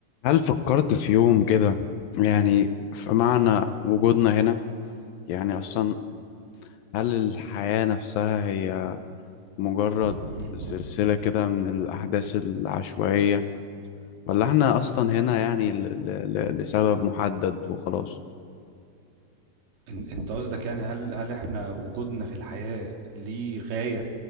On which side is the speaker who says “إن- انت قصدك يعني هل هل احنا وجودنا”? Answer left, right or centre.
Right